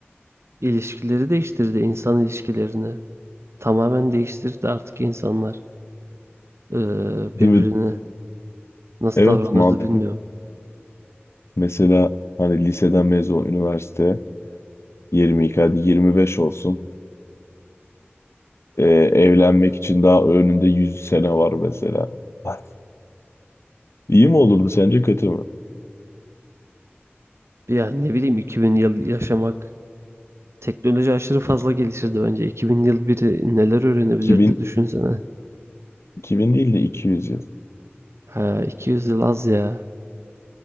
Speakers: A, on the right (about 80°); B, on the left (about 80°).
A: ilişkileri değiştirdi. insan ilişkilerini. Tamamen değiştirdi artık insanlar. Ee,
B: Değil
A: birbirine
B: mi?
A: nasıl
B: Evet
A: davranırdı
B: mantıklı.
A: bilmiyorum.
B: Mesela hani liseden mezun üniversite yirmi iki hadi 25 olsun. Ee, evlenmek için daha önünde 100 sene var mesela. <laughs> İyi mi olurdu sence kötü mü?
A: Ya ne bileyim 2000 yıl yaşamak Teknoloji aşırı fazla
B: İki-
A: gelişirdi bence. 2000 yıl biri neler öğrenebilirdi
B: 2000,
A: düşünsene.
B: 2000 değil de 200 yıl.
A: Ha, 200 yıl az ya.